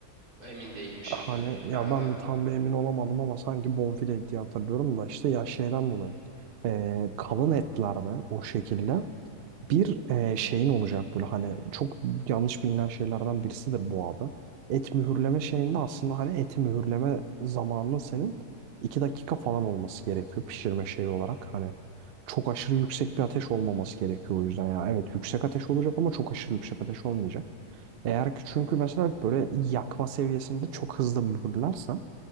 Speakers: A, on the right (about 75°); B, on the right (about 80°).
A: emin değilim şimdi.
B: Hani ya
A: Ben
B: ben
A: de.
B: de tam bir emin olamadım ama sanki bonfile diye hatırlıyorum da işte ya şeyden dolayı. E, kalın etlerde o şekilde. Bir e, şeyin olacak böyle hani çok yanlış bilinen şeylerden birisidir bu abi. Et mühürleme şeyinde aslında hani eti mühürleme zamanının senin 2 dakika falan olması gerekiyor pişirme şeyi olarak. Hani çok aşırı yüksek bir ateş olmaması gerekiyor o yüzden ya. Evet yüksek ateş olacak ama çok aşırı yüksek ateş olmayacak. Eğer ki çünkü mesela böyle yakma seviyesinde çok hızlı mühürlersen